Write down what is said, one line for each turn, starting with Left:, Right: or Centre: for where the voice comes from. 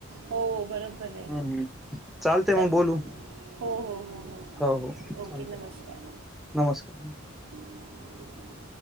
Right: हो बरोबर आहे
Centre: हम्म हम्म चालते
Right: चल
Centre: मग बोलू
Right: हो हो हो
Centre: हो हो
Right: ओके
Centre: चालतयं
Right: नमस्कार
Centre: नमस्कार
Right: <inaudible>